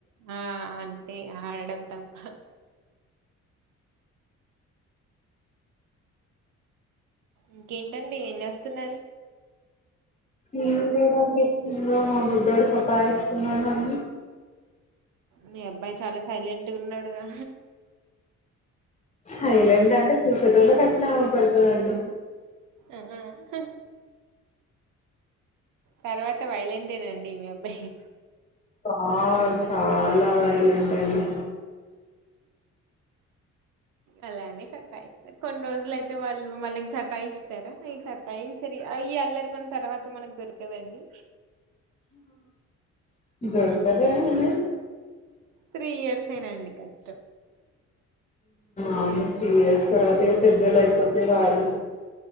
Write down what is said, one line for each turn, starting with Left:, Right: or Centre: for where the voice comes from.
Right: ఆ అంతే ఆడం తప్ప ఇంకేటండి ఏం చేస్తున్నారు
Left: ఏం లేదు అండి లో మా బుడ్డోడు సతయిస్తునాడు నన్ను
Right: మీ అబ్బాయి చాలా సైలెంట్ అట్టుకున్నాడుగా
Left: సైలెంట్ ఆ అండి చూసేటోళ్ళ అట్లా అవుపడుతాయండి
Right: ఆ హ తర్వాత వయోలేంట్ అండి మీ అబ్బాయి
Left: చా చాలా వైలెంట్ అండి
Right: అలానే సతాయిస్తారు కొన్ని రోజులు అయితే వాళ్ళు మనకి సతాయిస్తారా ఈ సతాయి సరి ఈ అల్లరిమని తర్వాత మనకు దొరకదండి
Left: దొరకద అండి
Right: త్రీ ఇయర్స్ అండి కష్టం
Left: అవును త్రీ ఇయర్స్ తర్వాత పెద్దలు అయిపోతే వాళ్లు